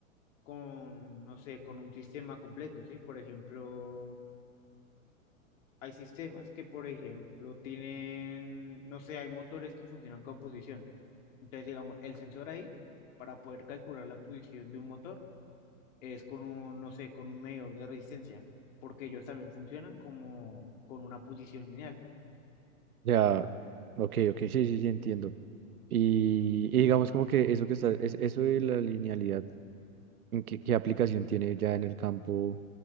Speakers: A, on the left; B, on the right.
A: con, no sé, con un sistema completo, ¿sí? Por ejemplo, hay sistemas que, por ejemplo, tienen, no sé, hay motores que funcionan con posición. Entonces, digamos, el sensor ahí, para poder calcular la posición de un motor, es con un, no sé, con un medidor de resistencia, porque ellos también funcionan como con una posición lineal.
B: Ya, ok, ok, sí, sí, sí, entiendo. Y, y digamos como que eso que está, es, eso de la linealidad. ¿En qué, qué aplicación tiene ya en el campo,